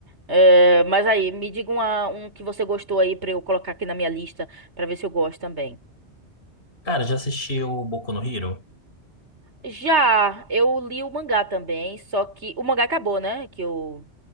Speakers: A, on the right; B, on the left.
A: É, mas aí, me diga uma- um que você gostou aí pra eu colocar aqui na minha lista pra ver se eu gosto também.
B: Cara, já assistiu o Boku no Hero?
A: Já, eu li o mangá também, só que o mangá acabou, né? Que eu